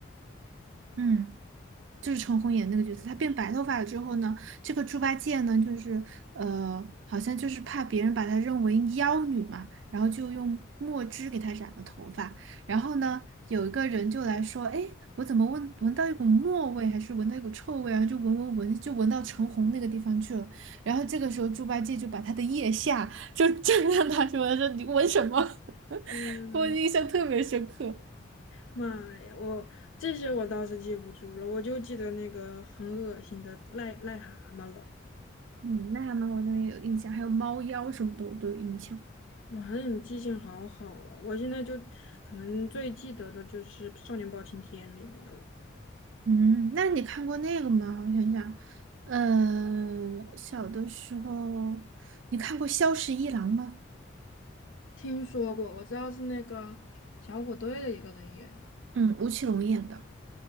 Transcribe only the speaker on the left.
嗯，
妈呀，我这些我倒是记不住了，我就记得那个很恶心的癞癞蛤蟆了。
哇，那你记性好好啊！我现在就可能最记得的就是《少年包青天》里面的了。
听说过，我知道是那个小虎队的一个人演的。